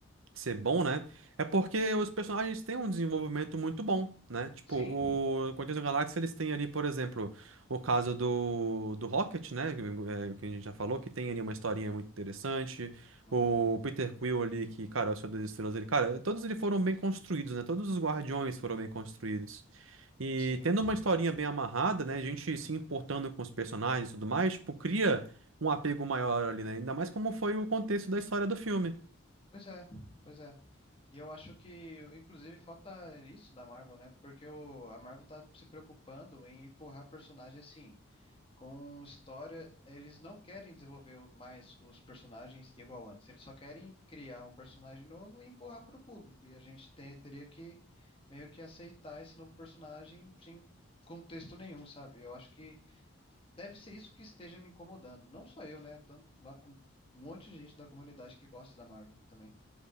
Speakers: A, on the right; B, on the left.
A: ser bom, né? É porque os personagens têm um desenvolvimento muito bom, né? Tipo,
B: Sim.
A: o Guardiões da Galáxia, eles têm ali, por exemplo, o caso do, do Rocket, né? Que é, que a gente já falou, que tem ali uma historinha muito interessante.
B: Uhum,
A: O Peter Quill ali, que, cara, é o Senhor das Estrelas, ele, cara, todos eles foram bem construídos, né? Todos os Guardiões foram bem construídos. E
B: sim.
A: tendo uma historinha bem amarrada, né? A gente se importando com os personagens e tudo mais, tipo, cria um apego maior ali, né? Ainda mais como foi o contexto da história do filme.
B: Pois é, pois é. E eu acho que, inclusive, falta isso da Marvel, né? Porque o, a Marvel tá se preocupando em empurrar personagem assim, com história. Eles não querem desenvolver o- mais os personagens igual antes. Eles só querem criar um personagem novo e empurrar para o público. E a gente te- teria que meio que aceitar esse novo personagem sem contexto nenhum, sabe? Eu acho que deve ser isso que esteja me incomodando. Não só eu, né? Tanto lá com um monte de gente da comunidade que gosta da Marvel também.